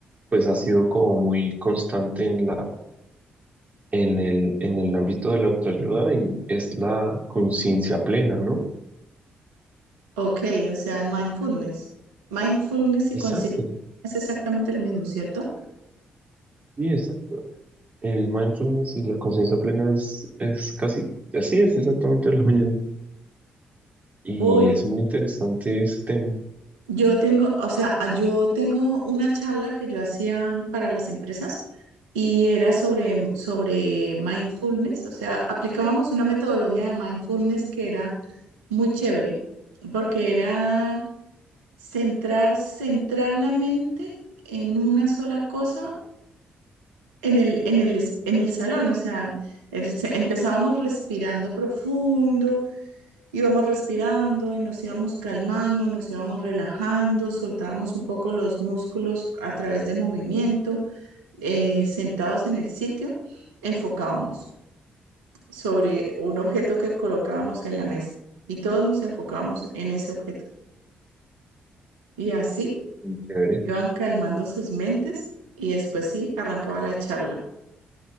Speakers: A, on the right (about 30°); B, on the right (about 80°).
A: pues ha sido como muy constante en la, en el, en el ámbito de la autoayuda y es la conciencia plena, ¿no?
B: Ok, o sea, mindfulness. Mindfulness
A: Exacto,
B: y conciencia es exactamente lo mismo, ¿cierto?
A: sí, exacto. El mindfulness y la conciencia plena es, es casi, así es exactamente lo mismo. Y
B: Uy,
A: es muy interesante ese tema.
B: yo tengo, o sea, yo tengo una charla que yo hacía para las empresas y era sobre, sobre mindfulness, o sea, aplicábamos una metodología de mindfulness que era muy chévere, porque era Centrar, centrar la mente en una sola cosa en el, en el, es- en el salón. O sea, el- se- empezábamos respirando profundo, íbamos respirando y nos íbamos calmando, nos íbamos relajando, soltábamos un poco los músculos a través de movimiento, eh, sentados en el sitio, enfocábamos sobre un objeto que colocábamos en la mesa y todos nos enfocábamos en ese objeto. Y así.
A: Muy chévere.
B: Iban calmando sus mentes y después sí, arrancaba la charla.